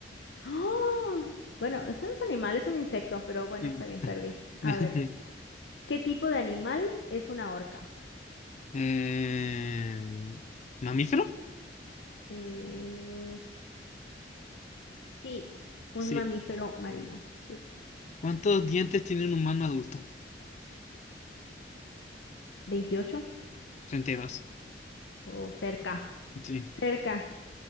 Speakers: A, on the left; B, on the left.
A: ¡Ah! Bueno, eso no es un animal, es un insecto, pero bueno,
B: Sí.
A: está bien, perdí. A
B: <laughs>
A: ver, ¿qué tipo de animal es una orca?
B: Eh, ¿mamífero?
A: Es Sí, un
B: Sí.
A: mamífero marino, sí.
B: ¿Cuántos dientes tiene un humano adulto?
A: veintiocho
B: 32.
A: o cerca,
B: Sí.
A: cerca.